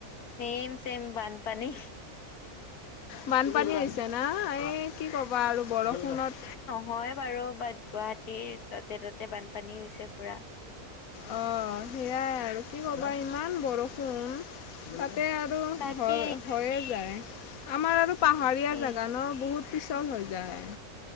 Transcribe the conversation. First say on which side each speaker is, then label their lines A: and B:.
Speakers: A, on the left (about 85°); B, on the left (about 70°).
A: চেম চেম বানপানী।
B: বানপানী হৈছে না এই কি ক'বা আৰু বৰষুণত।
A: হয় বাৰু বাট গুৱাহাটীৰ য'তে ততে বানপানী হৈছে পুৰা।
B: অ সেইয়াই আৰু কি ক'বা ইমান বৰষুণ। তাতে আৰু
A: তাকে
B: হয় হৈয়ে যায় আমাৰ আৰু পাহাৰীয়া
A: এ
B: জাগা ন? বহুত পিছল হৈ যায়।